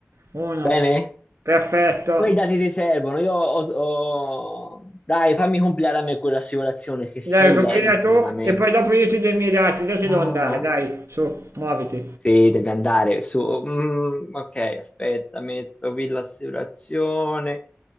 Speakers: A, on the right (about 70°); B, on the left (about 25°).
A: uno,
B: Bene?
A: perfetto.
B: Poi i dati ti servono. Io ho... ho- Dai, fammi compilare a me quell'assicurazione, che sei
A: Dai, compila
B: lento,
A: tu
B: veramente.
A: e poi dopo io ti do i miei dati, dai che
B: Ah.
A: devo andare, dai, su, muoviti.
B: Sì, devi andare su. mm, ok, aspetta, metto qui l'assicurazione.